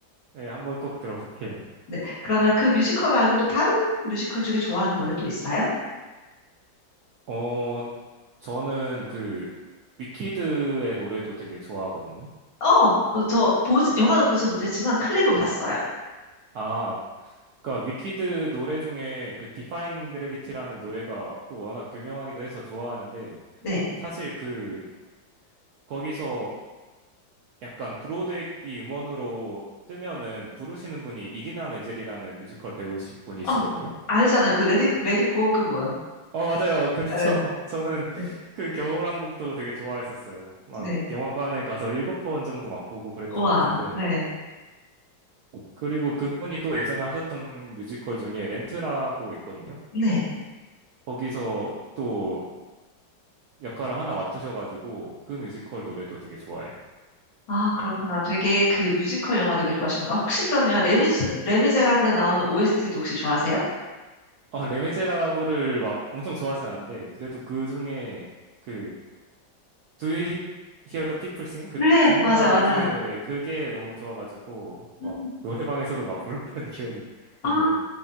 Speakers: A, on the right; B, on the left.
A: 네, 네. 한번 꼭 들어볼게요.
B: 네, 그러면 그 뮤지컬 말고 또 다른 뮤지컬 중에 좋아하는 노래 또 있어요?
A: 어, 저는 그 위키드의 노래도 되게 좋아하거든요.
B: 어, 어, 저 보진 영화는 보진 못했지만 클립은 봤어요.
A: 아, 그러니까 위키드 노래 중에 그 디파잉 그래비티라는 노래가 또 워낙 유명하기도 해서 좋아하는데
B: 네.
A: 사실 그 거기서 약간 브로드웨이 음원으로 뜨면은 부르시는 분이 이디나 멘젤이라는 뮤지컬 배우 분이시거든요.
B: 어, 알잖아요. 그 레디, 레디꼬 그분.
A: 어, 맞아요. 그렇죠.
B: 에,
A: <laughs> 저는
B: 네,
A: 그 겨울왕국도 되게 좋아했었어요. 막
B: 네.
A: 영화관에 가서 일곱 번 정도 막 보고 그랬던
B: 와,
A: 것 같은데.
B: 네.
A: 그리고 그분이 또 예전에 하셨던 뮤지컬 중에 렌트라고 있거든요.
B: 네.
A: 거기서 또 역할을 하나 맡으셔가지고 그 뮤지컬 노래도 되게 좋아해요.
B: 아, 그렇구나. 되게 그 뮤지컬 영화 되게 좋아하시는구나. 혹시 그러면 레미즈, 레미제라블에 나오는 OST도 혹시 좋아하세요?
A: 아, 레미제라블을 막 엄청 좋아하진 않는데 그래도 그 중에 그 Do You He- Hear the People Sing? 그
B: 네,
A: 분노한
B: 맞아요,
A: 민중의
B: 맞아요.
A: 노래 그게 너무 좋아가지고 막
B: 음,
A: 노래방에서도 막 불렀던 <laughs> 기억이
B: 아,
A: 있네요.